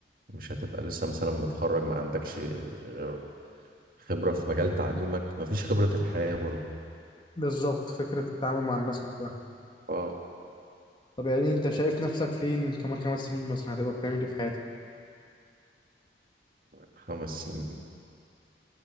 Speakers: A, on the right (about 55°); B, on the left (about 25°).
A: مش هتبقى لسه مثلا متخرج ما عندكش غير خبرة في مجال تعليمك ما فيش خبرة الحياة برضه
B: بالظبط فكره التعامل مع الناس نفسها
A: اه
B: طب يعني انت شايف نفسك فين كمان خمس سنين مثلا هتبقى بتعمل ايه في حياتك
A: خمس سنين ان